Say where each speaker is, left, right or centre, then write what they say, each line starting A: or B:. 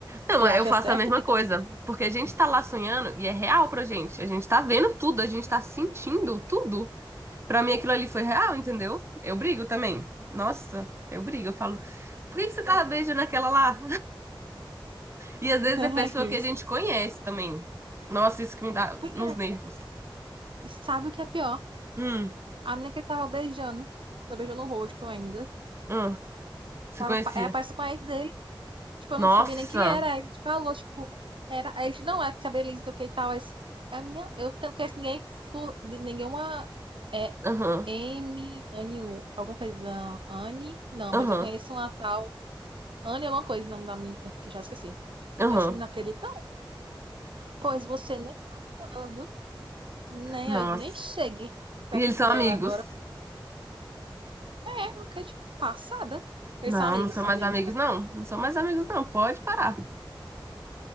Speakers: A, on the right; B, on the right.
A: Não,
B: Você
A: é,
B: acha
A: eu faço
B: certo
A: a mesma
B: ficar
A: coisa. Porque a gente tá lá sonhando e é real pra gente. A gente tá vendo tudo, a gente tá sentindo
B: assim?
A: tudo. Pra mim aquilo ali foi real, entendeu? Eu brigo também. Nossa, eu brigo. Eu falo, por que que você tava
B: É.
A: beijando aquela lá? E às
B: Não
A: vezes é pessoa
B: é isso.
A: que a gente conhece também. Nossa, isso que me dá
B: Pois
A: nos
B: é.
A: nervos.
B: E Sabe o que é pior?
A: Hum,
B: A menina que ele tava beijando. Tava beijando o rosto ainda.
A: hum, você
B: Tava,
A: conhecia.
B: pa- era parecido com a ex dele. Tipo, eu
A: Nossa.
B: não sabia nem quem era. Aí ele falou, tipo, era. Aí, ele, não, é porque a Belize do que e tal. É, é a minha. Eu não conheço ninguém, fu- de nenhuma. É
A: Aham,
B: M. Anne, U, alguma coisa. Anne? Não,
A: aham,
B: mas eu conheço uma tal. Anne, alguma coisa, o nome da minha. Que eu já esqueci.
A: aham.
B: Aí esse menino acredita. Não, pois você nem com ela, viu? Nem,
A: Nossa.
B: aí, nem chegue perto
A: E eles são
B: dela
A: amigos.
B: agora. É, porque, tipo, passada. Eles
A: Não,
B: são amigos,
A: não são
B: são
A: mais
B: amigos,
A: amigos,
B: é.
A: não. Não são mais amigos, não. Pode parar.